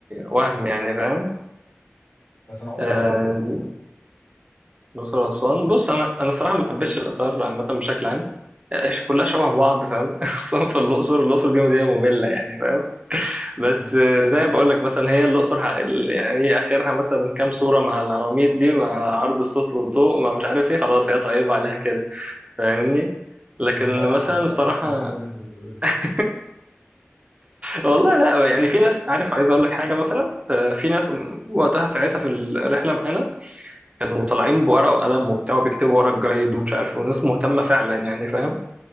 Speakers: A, on the right (about 30°); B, on the left (about 85°).
A: وهم يعني فاهم
B: بس انا عمري
A: آه،
B: ما رحت برضو
A: الأقصر وأسوان بص أنا أنا الصراحة ما بحبش الآثار عامة بشكل عام آه، كلها شبه بعض فاهم <laughs> خصوصا في الأقصر الأقصر دي مدينة مملة يعني فاهم بس
B: مم.
A: زي ما بقول لك مثلا هي الاقصر ح- ال- يعني هي اخرها مثلا كام صوره مع العواميد دي مع عرض الصوت والضوء ما مش عارف ايه خلاص هي طيبه عليها كده فاهمني لكن
B: انت بتضيع
A: مثلا
B: حضاره
A: الصراحه
B: كده في الكلام اللي انت بتقوله ده
A: <laughs> والله لا يعني في ناس عارف عايز اقول لك حاجه مثلا آه، في ناس وقتها ساعتها في الرحله معانا كانوا طالعين بورقه وقلم وبتاع وبيكتبوا ورا الجايد ومش عارف وناس مهتمه فعلا يعني فاهم